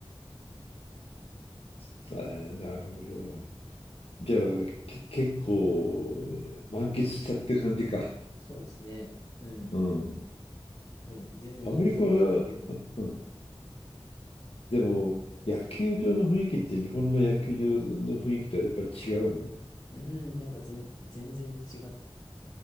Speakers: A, on the left; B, on the left.
A: さあ、なるほど。じゃあ、け、結構満喫したってる感じか。
B: そうですね。うん。
A: うん。
B: もうディズニーと野球みたい
A: アメリカは、うん。でも、野球場の雰囲気って日本の野球場の雰囲気とはやっぱ違うの
B: な。うん、なんか全、全然違っ